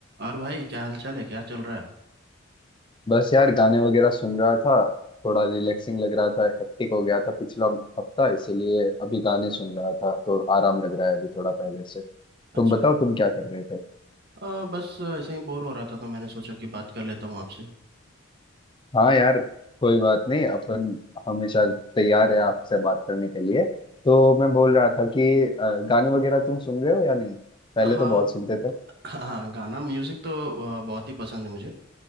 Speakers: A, on the right; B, on the left.
A: और भाई क्या हाल चाल है क्या चल रहा है
B: बस यार गाने वगैरह सुन रहा था थोड़ा रिलैक्सिंग लग रहा था हेक्टिक हो गया था पिछला हफ्ता इसीलिए अभी गाने सुन रहा था तो आराम लग रहा है अभी थोड़ा पहले से तुम
A: अच्छा
B: बताओ तुम क्या कर रहे थे
A: आ, बस ऐसे ही बोर हो रहा था तो मैंने सोचा कि बात कर लेता हूँ आपसे
B: हाँ यार कोई बात नहीं अपन हमेशा तैयार है आपसे बात करने के लिए तो मैं बोल रहा था कि अ, गाने वगैरह तुम सुन रहे हो या नहीं पहले
A: हाँ
B: तो बहुत सुनते थे
A: हाँ गाना म्यूजिक तो आ, बहुत ही पसंद है मुझे